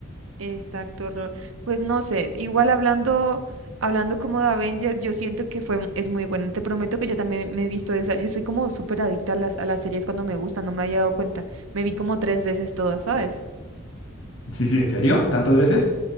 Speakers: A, on the right; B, on the left.
A: Exacto, Lord. Pues no sé, igual hablando, hablando como de Avenger, yo siento que fue, es muy buena. Te prometo que yo también me he visto esa. Yo soy como súper adicta a las, a las series cuando me gustan, no me había dado cuenta. Me vi como tres veces todas, ¿sabes?
B: Sí, sí, ¿en serio? ¿Tantas veces?